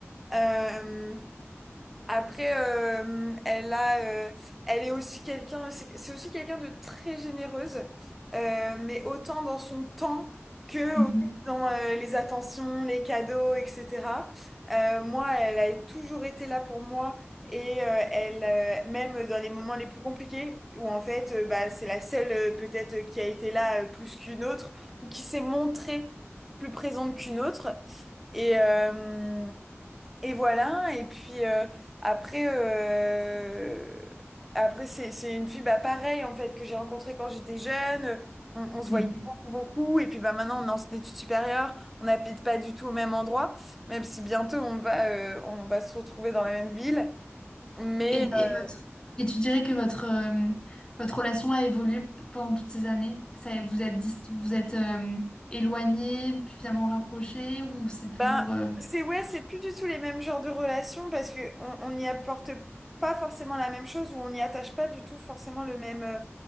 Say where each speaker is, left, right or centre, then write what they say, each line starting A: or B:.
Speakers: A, in the centre; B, on the left.
A: Euh, après, euh, elle a, euh, elle est aussi quelqu'un, c'est c'est aussi quelqu'un de très généreuse, euh, mais autant dans son temps que
B: Mhm.
A: aussi dans euh, les attentions, les cadeaux, etc. Euh, moi, elle a toujours été là pour moi et euh, elle, euh, même dans les moments les plus compliqués, où en fait, euh, bah, c'est la seule euh, peut-être euh, qui a été là euh, plus qu'une autre ou qui s'est montrée plus présente qu'une autre. Et, euh, et voilà, et puis euh, après, euh, après c'est, c'est une fille bah, pareil en fait que j'ai rencontrée quand j'étais jeune. euh, On, on se
B: Mhm.
A: voyait beaucoup, beaucoup. Et puis bah, maintenant, on est en études supérieures, on n'habite pas du tout au même endroit, même si bientôt on va, euh, on va se retrouver dans la même ville. Mais
B: Et,
A: euh,
B: et votre et tu dirais que votre euh, votre relation a évolué p- pendant toutes ces années? Ça, vous êtes dist- vous êtes euh, éloignés, puis finalement rapprochés, ou c'est toujours
A: bah,
B: euh,
A: c'est ouais, c'est plus du tout les mêmes genres de relations parce que on on n'y apporte pas forcément la même chose ou on n'y attache pas du tout forcément le même. euh,